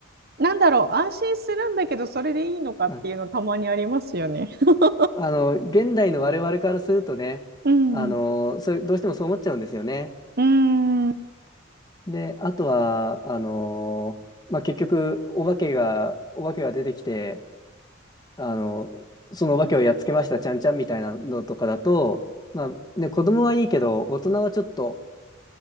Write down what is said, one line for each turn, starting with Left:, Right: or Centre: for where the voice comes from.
Right: ー。なんだろう。安心するんだけど、それでいいのかっていうのたまにありますよね。
Left: うん、
Right: <laughs>
Left: あの、現代の我々からするとね、
Right: うん。
Left: あの、そういう、どうしてもそう思っちゃうんですよね。
Right: うーん。
Left: で、あとは、あの、まあ、結局、お化けが、お化けが出てきて、あの、そのお化けをやっつけました、ちゃんちゃんみたいなのとかだと、まあ、ね、子供はいいけど、大人はちょっと、